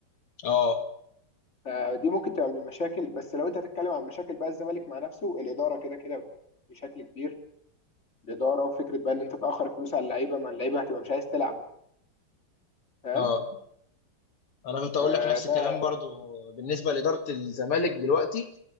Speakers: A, on the left (about 80°); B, on the left (about 30°).
A: اه
B: فدي ممكن تبقى من المشاكل بس لو انت هتتكلم عن مشاكل بقى الزمالك مع نفسه الاداره كده كده بشكل كبير الاداره وفكره بقى ان انت تاخر الفلوس على اللعيبه ما اللعيبه هتبقى مش عايز تلعب يعني فاهم
A: اه انا كنت اقول
B: فده
A: لك نفس الكلام برضو بالنسبه لاداره الزمالك دلوقتي